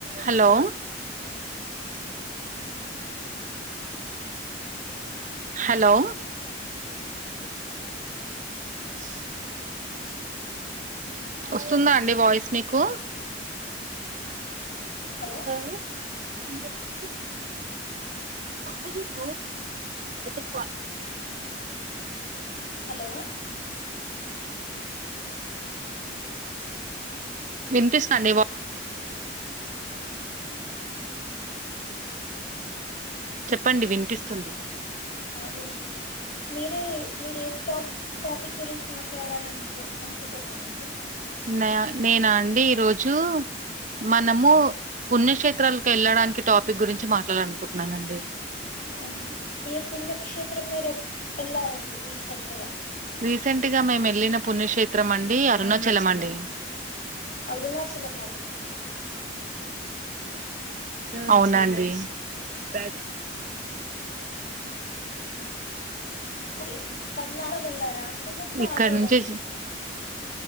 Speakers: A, on the right (about 40°); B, on the left (about 50°).
A: Hello hello సూ వస్తుందా అండి వాయిస్ మీకు
B: హలో
A: ఆ ఇ <unintelligible> కా బ అ ప <inaudible>
B: హలో
A: వినిపిస్తాండి మీ వాయిస్ చెప్పండి వినిపిస్తుంది
B: వినిపిస్త మీరే మీరు ఏ టాప్ టాపిక్ గురించి మాట్లాడాలీ అని అనుకుంటున్నారంండి
A: న నేనా అండి ఈరోజు మనము పుణ్యక్షేత్రాలకు వెళ్ళడానికి టాపిక్ గురించి మాట్లాడలి ఆనుకుంటున్నానండి
B: ఆ, ఏ పుణ్యక్షేత్రం మీరు వెళ్ళారండి రీసెంట్గా
A: రీసెంట్గా మేము వెళ్ళిన పుణ్యక్షేత్రం అండి అరుణాచలం అండి
B: అరుణాచలమ
A: అవున అండి బక్
B: అడి పద్నాలులో వెళ్ళారా అండి లేకపోతే
A: ఇక్కడ
B: ఆటోలనా
A: నుంచి